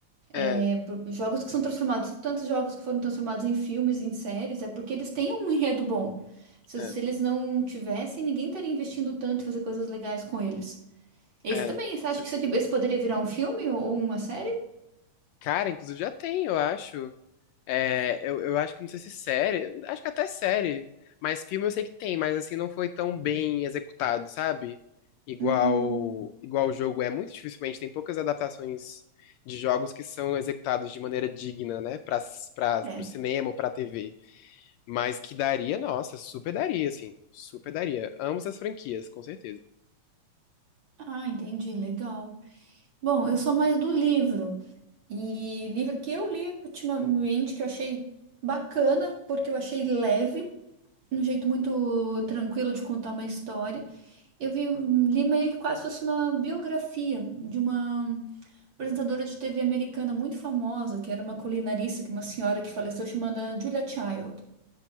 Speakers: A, on the left; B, on the right.
A: É,
B: É, por- jogos que são transformados, tantos jogos que foram transformados em filmes, em séries, é porque eles têm um enredo bom. Se,
A: é,
B: se eles não tivessem, ninguém estaria investindo tanto em fazer coisas legais com eles. Esse
A: é,
B: também,
A: não,
B: você
A: com
B: acha
A: certeza.
B: que isso aqui, esse poderia virar um filme ou, ou uma série?
A: Cara, inclusive já tem, eu acho. É, eu, eu acho que não sei se série, acho que até série, mas filme eu sei que tem, mas assim não foi tão bem executado, sabe? Igual
B: Hum,
A: igual o jogo é muito dificilmente tem poucas adaptações de jogos que são executados de maneira digna, né, para para
B: é.
A: pro cinema ou pra TV, mas que daria, nossa, super daria assim, super daria. Ambas as franquias, com certeza.
B: Ah, entendi, legal. Bom, eu sou mais do livro. E livro que eu li ultimamente, que eu achei bacana, porque eu achei leve, um jeito muito tranquilo de contar uma história. Eu vi, li meio que quase fosse uma biografia de uma apresentadora de TV americana muito famosa, que era uma culinarista, que é uma senhora que faleceu chamada Julia Child.